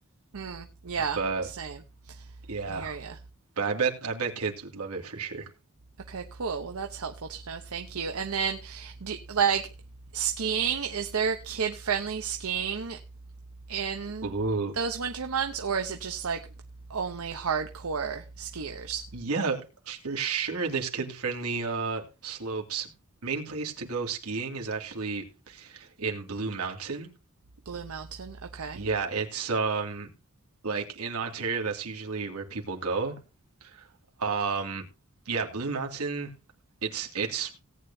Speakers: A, on the right; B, on the right.
A: Hmm. Yeah,
B: But
A: same.
B: yeah.
A: I hear you.
B: But I bet I bet kids would love it for sure.
A: Okay, cool. Well, that's helpful to know. Thank you. And then, do, like, skiing, is there kid-friendly skiing in
B: Ooh,
A: those winter months, or is it just like only hardcore skiers?
B: yeah, for sure. There's kid-friendly uh slopes. Main place to go skiing is actually in Blue Mountain.
A: Blue Mountain. Okay.
B: Yeah, it's um like in Ontario, that's usually where people go. Um, yeah, Blue Mountain, it's it's